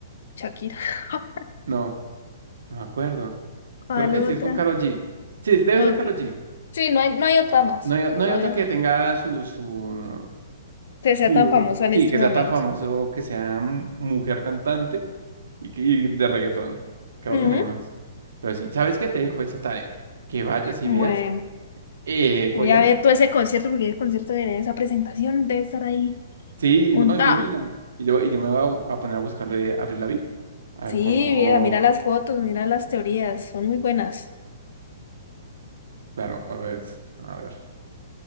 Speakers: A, on the left; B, on the right.
A: Shakira. <laughs>
B: No, no me acuerdo.
A: ¿Cuál
B: Creo que
A: otra?
B: sí es con Karol G. Sí, debe
A: Ok.
B: ser Karol G.
A: Sí, no hay, no hay otra más.
B: No hay, no
A: No
B: hay otra
A: hay otra
B: que tenga su, su,
A: que sea
B: Tú-
A: tan famosa en
B: Sí,
A: este
B: que
A: momento.
B: sea tan famoso, que sea mu- mujer cantante y, que- y de reggaetón. Creo
A: Ujú.
B: que nadie más. Pero sí, ¿sabes qué? Te dejo esa tarea. Que vayas y
A: Bueno,
B: veas. Eh,
A: voy
B: ¿cómo se llama?
A: a ver todo ese concierto porque el concierto de esa presentación debe estar ahí
B: Sí,
A: montada.
B: no, es muy buena. Y yo, y yo me voy a, a poner a buscarlo de Avril Lavigne. A
A: Sí,
B: ver cómo.
A: mira, mira las fotos, mira las teorías, son muy buenas.
B: Claro, a ver. A ver.